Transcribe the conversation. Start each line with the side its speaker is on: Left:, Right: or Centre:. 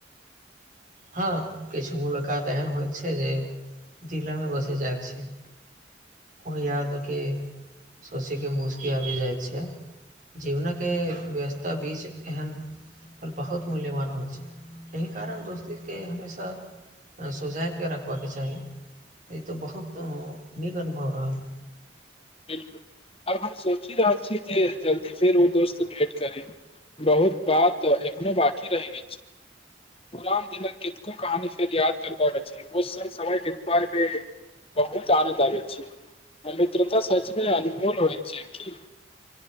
Right: हँ किछ मुलाकात एहन होइत छै जे दिलेमे बसे जाइ छै ओ यादक सोचीके मुसकी आइब जाइत छै जीवनके व्यस्तता बीच एहन पर बहुत मुल्यवान होइत छै इह कारण दोस्ती के हमेशा रसुजाइके रखबाके चाही ई तऽ बहुत नीक अनुभव रहल
Left: बिलकुल आर हम सोचि रहल छी जे जल्दी फेर ओ दोस्त भेंट करे बहुत बात एखनो बाँकी रहि गेल छै पुरान दिनक किनको कहानी फेर याद करबाक अछी वो सर समय लि बहुत आन दाग छै मित्रता सचने अनमूल होइ छै कि